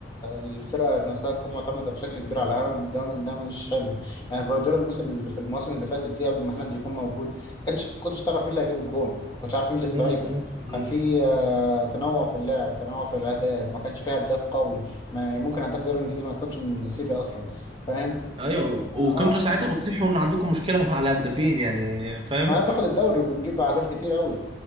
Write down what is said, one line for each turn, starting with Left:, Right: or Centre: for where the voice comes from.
Left: الفرقة نفسها تكون معتمدة بشكل كبير على هالاند ده ده مش حلو يعني جوارديولا الموسم اللي في الموسم اللي فاتت دي قبل ما هالاند يكون موجود كانش كنتش تعرف مين اللي هيجيب الجون ما كنتش عارف مين الاسترايكر
Right: مم، مم، مم.
Left: كان في آه، تنوع في اللعب تنوع في الأهداف ما كانش في هداف قوي ما ممكن هداف الدوري الإنجليزي ما يكونش من السيتي أصلا فاهم؟
Right: ايوه وكنتوا
Left: اه
Right: ساعتها بتصيحوا ان عندكم مشكله <laughs> مع الهدافين يعني فاهم
Left: ما احنا بناخد الدوري وبنجيب أهداف كتير أوي